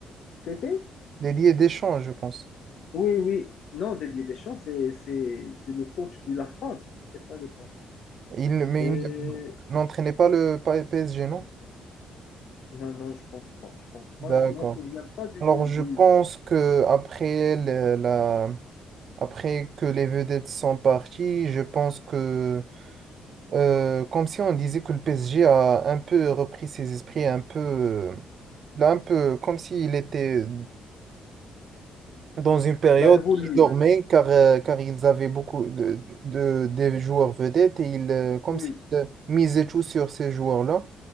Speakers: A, on the left (about 70°); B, on the right (about 55°).
A: C'était?
B: Dédié Deschamps, je pense.
A: Oui, oui. Non, Didier Deschamps, c'est, c'est, c'est le coach de la France. C'est pas de Paris.
B: Il, ne- mais
A: Et...
B: il ne- n'entraînait pas le PSG, non?
A: Non, non, je pense pas. Je pense
B: D'accord.
A: pas. Je m'en souviens pas du,
B: Alors, je
A: du...
B: pense que après le- la, après que les vedettes sont parties, je pense que euh, comme si on disait que le PSG a un peu repris ses esprits, un peu, euh, là, un peu comme s'il était dans une période
A: Il a évolué.
B: qui dormait, car euh, car ils avaient beaucoup de, de- des joueurs vedettes et ils euh, comme
A: Oui,
B: s'ils misaient tout sur ces joueurs-là.